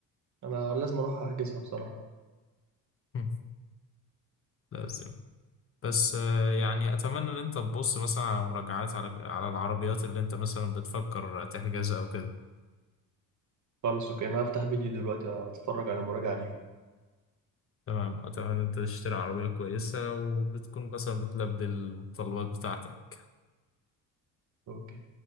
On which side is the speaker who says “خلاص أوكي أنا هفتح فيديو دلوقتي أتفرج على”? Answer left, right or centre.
Right